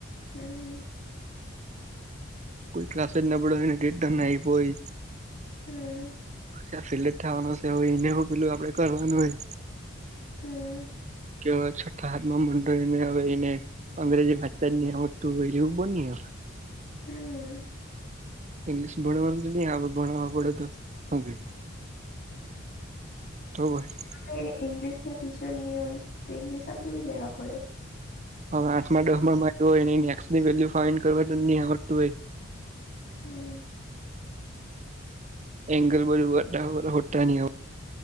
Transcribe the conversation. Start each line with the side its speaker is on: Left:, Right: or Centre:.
Left: હમ્મ
Right: કોઈ ક્લાસે જ નબળો હોયને તે તમને આપ્યો હોય
Left: હમ
Right: કા ફિલ્ડડ થવા છે હોય ને પેલું આપડે કરવાનું હોય
Left: હમ્મ
Right: કેવા છતાં આજ ના મંડળ ને હવે એને અંગ્રેજી વાંચતા નહી આવડતું હોય એવું બની હક
Left: હમ્મ
Right: ઇંગ્લીશ ભણવા તો નહી ભણ પડે તો હવે તો ઈ.
Left: એ ઈંગ્લિશ ના ટીચર ની હોય તો ઇંગ્લિશ આપડે બી લેવા પડે
Right: હવે આઠ મો
Left: હમ
Right: દહ મો ભણતો હોય એને એક્સ ની વેલ્યુ ફાઈન્ડ કરવા નહી આવડતું હોય
Left: હમ્મ
Right: એંગલ બરાબર બરાબર હોટા નહી